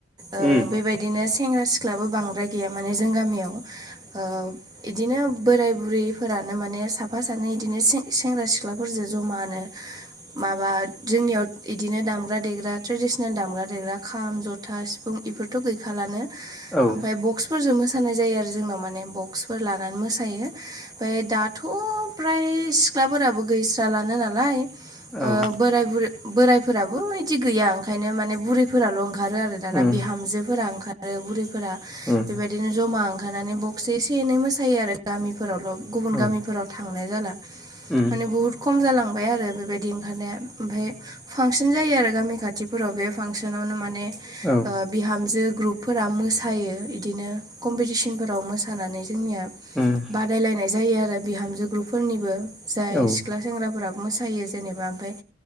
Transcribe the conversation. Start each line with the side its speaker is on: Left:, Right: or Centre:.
Right: ओ
Centre: उम
Right: बेबायदिनो सेंग्रा सिख्लााबो बांद्राय गैया माने जों गामियाव। इदिनो बोराय बुरैफोरानो माने साफा सानै इदिनो सेंग्रा सिख्लाफोर फोरजों जमानो माबा जोंनियाव बिदिनो दामग्रा देग्रा ट्रेडिसनेल दामग्रा देग्रा खाम जथ था सिफुं बेफोरथ' गैखालानो ओमफ्राय
Centre: औ
Right: बक्स फोरजों मोसानाय जायो आरो जोंनाव माने बक्सफोर लानानै मोसायो। ओमफ्राय दाथ' फ्राय सिख्लाफोराबो गैस्रालानो नालाय।
Centre: औ
Right: बोराय बुर बोरायफोराबो इदि गैया ओंखायनो माने बुरैफोराल' ओंखारो आरो। दाना
Centre: उम
Right: बिहामजोफोरा ओंखारो बुरैफोरा
Centre: उम
Right: बेबायदि बिदिनो ज'मा ओंखारनानै बक्स एसे एनै मोसायो आरो गामिफोरावल' गुबुन
Centre: औ
Right: गामिफोराव। थांनाय जाला
Centre: उम
Right: माने बहुद खम जालांबाय आरो बेबायदि ओंखारनाया ओमफ्राय फांसन जायो आरो गामि खाथिफोराव बे फांसनावनो माने
Centre: औ
Right: ओ बिहामजो ग्रुपफोरा मोसायो बिदिनो कम्पिटिसनफोराव मोसायो। नानै जोंनिया
Centre: उम
Right: बनाय जायो आरो बिहामजो ग्रुपफोरनिबो जाय
Centre: औ
Right: सिख्ला सेंग्राफोरा मोसायो जेनेबा ओमफ्राय